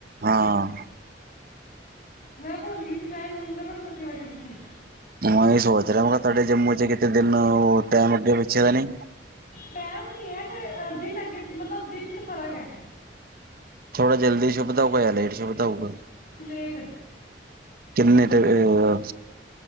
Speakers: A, on the right (about 55°); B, on the left (about 45°).
A: ਹਾਂ
B: ਮੈਂ ਭੁੱਲ ਗਈ ਸੀ, ਮੈਂ ਅੱਜ ਮੰਗਲਵਾਰ ਸਮਝ ਕੇ ਬੈਠੀ ਸੀ।
A: ਮੈਂ ਏ ਸੋਚ ਰਿਆ ਮੈਂ ਕਿਆ ਤੁਹਾਡੇ ਜੰਮੂ ਚ ਕਿਤੇ ਦਿਨ ਟੈਮ ਅੱਗੇ ਪਿੱਛੇ ਤਾਂ ਨੀ।
B: ਟੈਮ ਵੀ ਐ ਤੇ ਦਿਨ ਅੱਗੇ ਮਤਲਬ ਦਿਨ ਚ ਫ਼ਰਕ ਐ।
A: ਥੋੜਾ ਜਲਦੀ ਸੁੁਪਦਾ ਹੋਊਗਾ ਲੇਟ ਸੁੁਪਦਾ ਹੋਊਗਾ।
B: ਲੇਟ।
A: ਕਿੰਨੇ ਤੇ ਅ